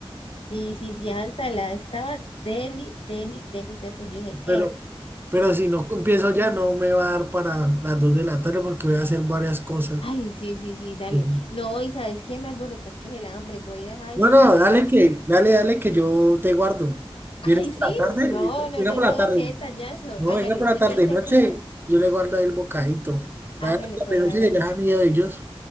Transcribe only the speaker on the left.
Sí, sí, sí, esa ensalada estaba deli, deli, deliciosa. Yo dije,
eh,
ay, sí, sí, sí, dale.
No, y ¿sabes qué? Me alborotaste el hambre. Voy a ir a desayunar
antes.
Ay,
sí,
no, no,
no,
no,
qué detallazo.
Hágale,
usted
me dice
a qué horas.
Hágale,
pues,
hágale.